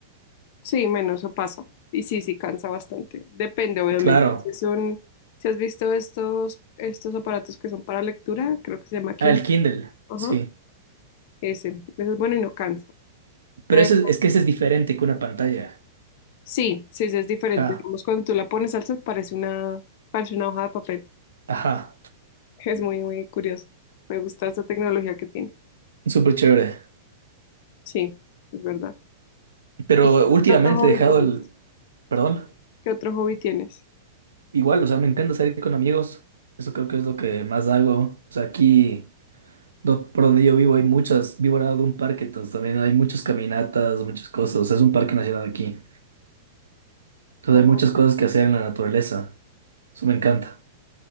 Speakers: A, on the left (about 45°); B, on the right (about 70°).
A: Sí, menos eso pasa. Y sí, sí cansa bastante. Depende, obviamente.
B: Claro,
A: Si son, si has visto estos, estos aparatos que son para lectura, creo que se llama Kindle.
B: ah, el Kindle,
A: Ajá.
B: sí.
A: Ese, ese es bueno y no cansa. Pero
B: Pero eso es es que ese es diferente que una pantalla.
A: sí, sí, sí es diferente.
B: Ajá,
A: Digamos, cuando tú la pones al sol parece una, parece una hoja de papel. <laughs>
B: ajá,
A: Es muy, muy curioso. Me gusta esta tecnología que tiene.
B: súper chévere.
A: Sí, es verdad.
B: Pero
A: ¿Y qué
B: últimamente
A: otro hobby
B: he dejado
A: tienes?
B: el. Perdón,
A: ¿Qué otro hobby tienes?
B: igual, o sea, me encanta salir con amigos. Eso creo que es lo que más hago. O sea, aquí. do- por donde yo vivo hay muchas, vivo al lado de un parque, entonces también hay muchas caminatas, muchas cosas, o sea, es un parque nacional aquí. Entonces
A: Oh,
B: hay muchas cosas que hacer en la naturaleza, eso me encanta.